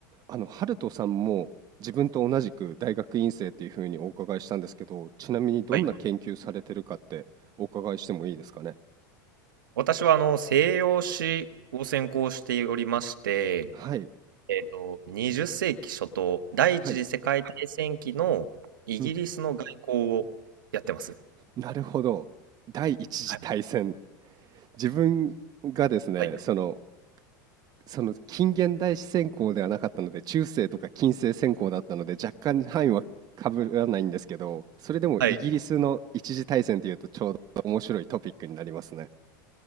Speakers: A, on the right (about 40°); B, on the right (about 85°).
A: あの、ハルトさんも自分と同じく大学院生っていうふうにお伺いしたんですけど、ちなみにどんな研究されてるかってお伺いしてもいいですかね。
B: はい。私はあの西洋史を専攻しておりまして、
A: はい、
B: えっと、20世紀初頭、第一次世界大戦期のイギリスの外交をやってます。
A: はい、うん、なるほど。第一次大戦。
B: はい。
A: 自分がですね、
B: はい。
A: その、その近現代史専攻ではなかったので、中世とか近世専攻だったので、若干範囲はかぶらないんですけど、それでもイギリスの一次大戦っていうとちょうど面白いトピックになりますね。
B: はい。